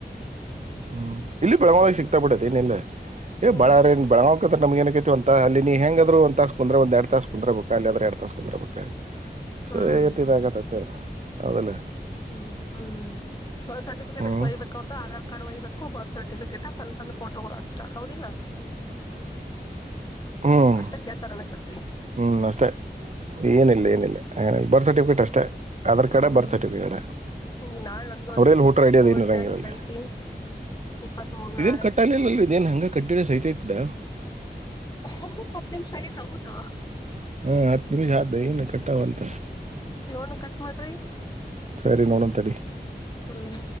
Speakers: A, on the right; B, on the left.
A: ಹ್ಮ್ ಇಲ್ಲಿ ಬೆಳಮಾವವಾಗಿ ಸಿಕ್ತಾ ಬಿಟ್ಟತಿ ಏನಿಲ್ಲ ಏ
B: ಹ್ಮ್
A: ಬಾಾರನ್ ಬಳಾವಕ ನಮ್ ಏನ ಅಂತ ಅಲ್ಲಿ ನೀ ಹೆಂಗಾದ್ರು ಅಂತ ಕುಂದ್ರೆ ಒಂದ ಎರಡ್ ತಾಸ ಕುಂದ್ರ ಬೇಕಾ ಅಲ್ಲಿ ಆದ್ರೆ ಎರಡ್ ತಾಸ ಕುಂದರ್ ಬಬೇಕಾ ಸೊ
B: ಹ್ಮ್
A: ಆಾಗತತೆ ಹೌದಲ್ಲ
B: ಹ್ಮ್ ಹ್ಮ್ ಬರ್ತ್ ಸರ್ಟಿಫಿಕೇಟ್
A: ಹ್ಮ್
B: ಎಷ್ಟ್ ಒಯ್ಬೇಕಕ್ ಹೊರತ ಆಧಾರ್ ಕಾರ್ಡ್ ಒಯ್ಬೇಕು ಬರ್ತ್ ಸರ್ಟಿಫಿಕೇಟ್ಾ ಸಣ್ಣ ಸಣ್ಣ ಫೋಟೋಗಳು ಅಷ್ಟ ಹೌದಿಲ್ಲ
A: ಹ್ಮ್
B: ಅಷ್ಟ ಕೇಳ್ತಾರೆ ಅನಸುತ್ತ
A: ಹ್ಮ್ ಅಷ್ಟೇ ಏನಿಲ್ಲ ಏನಿಲ್ಲ ಏನಿಲ್ಲ ಬರ್ತ್ ಸರ್ಟಿಫಿಕೇಟ್ ಅಷ್ಟೇ ಆಧಾರ್ ಕಾರ್ಡ
B: ಹ್ಮ್
A: ಬರ್ತ್ ಸರ್ಟಿಫಿಕೇಟ್
B: ಈ ನಾಳ್ ನಂದು
A: ಅವ್ರಲ್ಲಿ
B: ಅದ
A: ಹೋಟ್ರ ಐಡಿಯದೆ
B: ಕೋರ್ಟ್ನಾಗಿಂದ
A: ನಂಗರಲ್ಲ
B: ಐತಿ ಇಪ್ಪತ್ತ್ ಮೂರ್
A: ಇದೇನು
B: ನಾಳೆ
A: ಕಟ್ಟಲಿಲ್ಲಲ್ರಿೀ ನೀಏನ್ ಹಂಗ ಕಂಟಿನ್ಯೂ ಸಹತಾ ಇದತಿದ್ದ
B: ಹ ಮತ್ತೆಮ ಸಗ ಹವ ಅವೆ
A: ಹಾ ಹ ನಿಮಿಷ ಹಾ ದ ಕಟ್ಟಾ ವಲ್ತ
B: ನೋಣ ಕತ್ ಮಾಡ್ರಿ <inaudible>
A: ಸರಿ ನೋಡಂತಡಿ
B: ಹ್ಮ್